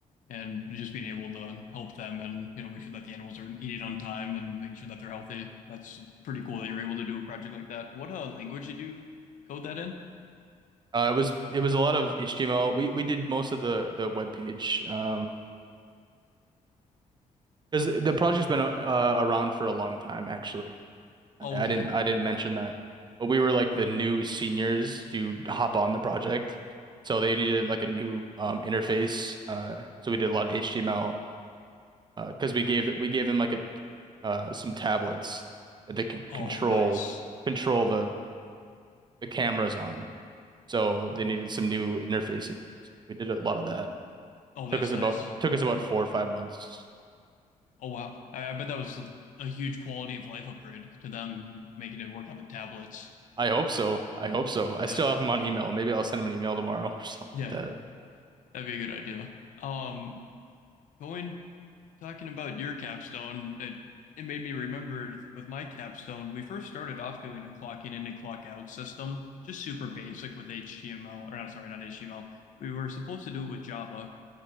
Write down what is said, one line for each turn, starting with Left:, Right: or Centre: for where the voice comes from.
Left: And just being able to help them and you know make sure that the animals are eating on time and making sure that they're healthy. That's pretty cool that you're able to do a project like that. What uh, language did you code that in?
Right: Uh, it was it was a lot of HTML. We we did most of the the web page um, because the project's been uh, around for a long time actually. I,
Left: Oh, okay.
Right: I didn't I didn't mention that, but we were like the new seniors to hop on the project, so they needed like a new um, interface. Uh, so we did a lot of HTML uh, because we gave we gave them like a uh, some tablets that they can
Left: Oh,
Right: control
Left: nice.
Right: control the the cameras on. So they needed some new interfacing. So we did a lot of that.
Left: Oh, that's
Right: Took us
Left: nice.
Right: about took us
Left: Some.
Right: about four or five months.
Left: Oh wow, I, I bet that was a huge quality of life upgrade to them, making it work on the tablets.
Right: I hope so. I hope so. I
Left: Yeah,
Right: still have him on email. Maybe I'll send him an email tomorrow <laughs> or something
Left: yeah,
Right: like that.
Left: that'd be a good idea. Um, going Talking about your capstone, it, it made me remember with my capstone, we first started off doing a clocking in and clock out system, just super basic with HTML, or not, sorry, not HTML. We were supposed to do it with Java.